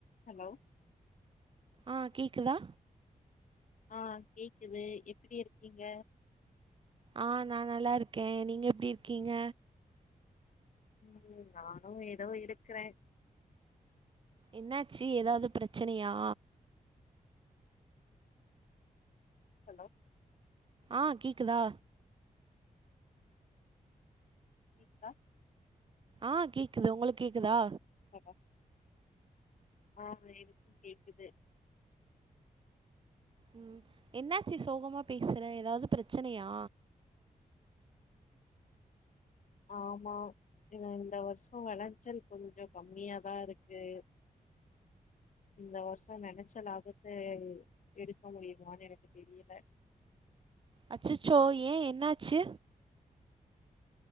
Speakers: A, on the left; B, on the right.
A: hello
B: ஆ கேக்குதா
A: ஆ கேக்குது எப்பிடி இருக்கீங்க
B: ஆ நா நல்லாருக்கே நீங்க எப்டி இருக்கீங்க
A: ம் நானு எதோ இருக்குறே
B: என்னாச்சு எதாது பிரச்சனையா
A: ஹலோ
B: ஆ கேக்குதா
A: கேக்குதா
B: ஆ கேக்குது உங்களுக்கு கேக்குதா
A: ஹலோ ஆமா எனக்கு கேக்குது
B: ம் என்னாச்சி சோகமா பேஸ்ற எதாவுது பிரச்சனையா
A: ஆமா இல்ல இந்த வர்ஷோ வெளச்சல் கொஞ்சோ கம்மியாதா இருக்கு இந்த வருஷோ நெனச்ச லாபத்த எடுக்க முடியுமானு எனக்கு தெரியல
B: அச்சச்சோ ஏ என்னாச்சி